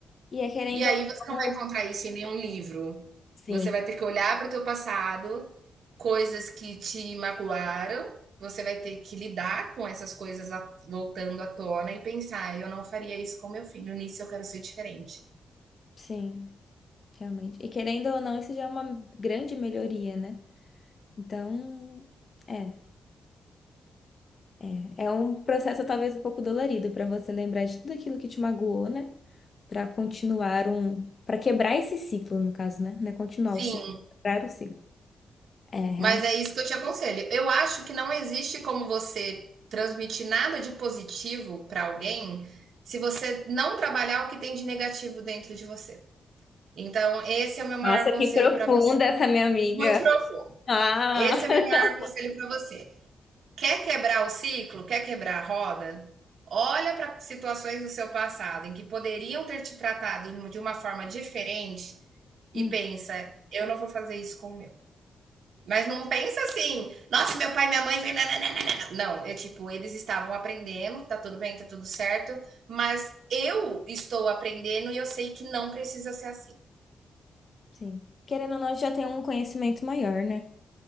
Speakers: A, on the left (about 35°); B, on the right (about 70°).
A: E é querendo
B: E aí
A: ou
B: você não
A: não,
B: vai encontrar isso em nenhum livro.
A: sim,
B: Você vai ter que olhar para o teu passado, coisas que te magoaram, você vai ter que lidar com essas coisas a- voltando à tona e pensar, eu não faria isso com meu filho, nisso eu quero ser diferente.
A: sim, realmente. E querendo ou não, isso já é uma grande melhoria, né? Então, é, é, é um processo talvez um pouco dolorido para você lembrar de tudo aquilo que te magoou, né? Para continuar um, para quebrar esse ciclo, no caso, né? Não é continuar
B: Sim,
A: o ciclo, é quebrar o ciclo. É, realmente.
B: mas é isso que eu te aconselho. Eu acho que não existe como você transmitir nada de positivo para alguém se você não trabalhar o que tem de negativo dentro de você. Então, esse é o meu maior
A: Nossa,
B: conselho
A: que
B: para
A: profunda
B: você.
A: essa minha amiga.
B: Muito profundo.
A: Ah.
B: Esse é o
A: <laughs>
B: meu maior conselho para você. Quer quebrar o ciclo? Quer quebrar a roda? Olha para situações do seu passado em que poderiam ter te tratado de uma forma diferente e
A: Hum,
B: pensa: eu não vou fazer isso com o meu. Mas não pensa assim, nossa, meu pai e minha mãe. Não, não, não, não, é tipo, eles estavam aprendendo, tá tudo bem, tá tudo certo, mas eu estou aprendendo e eu sei que não precisa ser assim.
A: sim. Querendo ou não, a gente já tem um conhecimento maior, né?